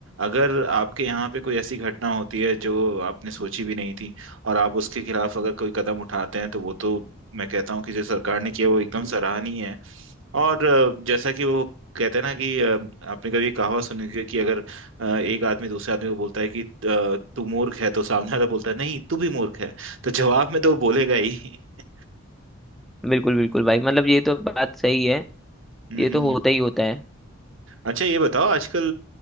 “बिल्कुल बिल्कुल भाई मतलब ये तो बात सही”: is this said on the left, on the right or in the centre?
Centre